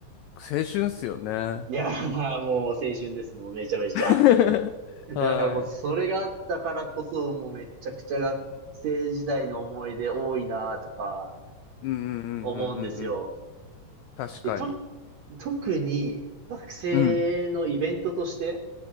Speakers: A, on the left (about 80°); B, on the right (about 65°).
A: 構青春っすよね。
B: いやー、<laughs> もう青春です。もうめちゃめちゃ。
A: <laughs> はい。
B: だからもうそれがあったからこそ、もうめちゃくちゃ学生時代の思い出多いなとか
A: うんうんうんうんうんうん。
B: 思うんですよ。
A: 確かに。
B: で、と、特に学生のイベントとして、
A: うん。